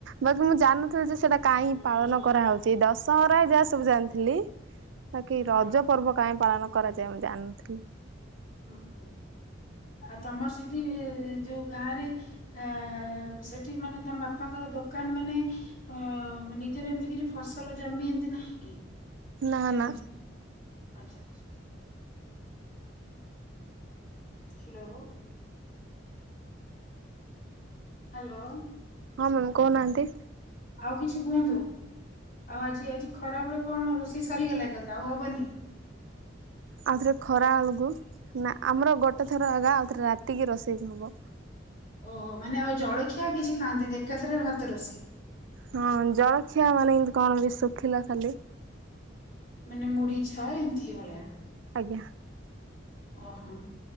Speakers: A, on the right; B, on the left.
A: ବାକି ମୁଁ ଜାନୁ ତସେଇଟା କାଇଁ ପାଳନ କରାହଉଛି ଦଶହରା ଯାହା ସବୁ ଜାଣିଥିଲି। ବାକି
B: ହଁ।
A: ରଜ ପର୍ବ କାହିଁ ପାଳନ କରାଯାଏ ମୁଁ ଜାଣିନଥିଲି।
B: ହୁଁ ହୁଁ ଆଉ ତମର ସେଠି ଯୋଉ ଗାଁରେ ଏଁ ସେଠି ମାନେ ତମ ବାପାଙ୍କର ଦୋକାନ ମାନେ ଅ ନିଜର ଏମିତି କିଛି ଫସଲ ଜମି ଏମତି ନାହିଁ କି।
A: ନାନା।
B: ଜମି ଆଚ୍ଛା ଆଚ୍ଛା ହ୍ୟାଲୋ। ହାଲୋ।
A: ହଁ ମାମ କହୁନାହାନ୍ତି।
B: ଆଉ କିଛି କୁହନ୍ତୁ ଆଉ ଆଜି ଆଜି ଖରାବେଳେ କଣ ରୋଷେଇ ସରିଗଲା ଏକାଥରେ ଆଉ ହବନି।
A: ଆଉ ଥରେ ଖରା ଅଳୁଗୁ ନା ଆମର ଗୋଟେ ଥର ଆ ଗା ଆଉ ଥରେ ରାତି କିି ରୋଷେଇ ହବ
B: ଓହୋ ମାନେ ଆଉ ଜଳଖିଆ କିଛି ଖାଆନ୍ତିନି ଏକାଥରେ ଭାତ ରୋଷେଇ।
A: ହଁ ଜଳଖିଆ ମାନେ ଏନ୍ତି କଣ କି ଶୁଖିଲା ଖାଲି।
B: ମାନେ ମୁଡି ଛଏ ଏନ୍ଥିି ଭଳିଆ।
A: ଆଜ୍ଞା।
B: ଓହୋ